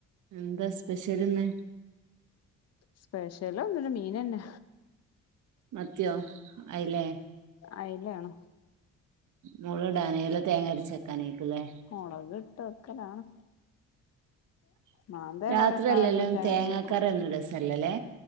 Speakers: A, on the right (about 75°); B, on the left (about 55°).
A: എന്താ സ്പെഷ്യൽ ഇന്ന്
B: സ്പെഷ്യൽ ഒന്നുമില്ല മീനന്നെ
A: മത്തിയോ അയിലേ
B: അയിലാണ്
A: മുള് ഇടാന അല്ല തേങ്ങ അരച്ചക്കാനേക്കല്ലേ
B: മുളകിട്ട വെക്കലാണ്
A: <inaudible>
B: മാന്തേ
A: രാത്രിയല്ലല്ലോ
B: കോരൊക്കെ ആണെങ്കിൽ തേങ്ങരച്ച്
A: തേങ്ങാകറി
B: വെക്കും
A: എന്ന രസല്ലല്ലേ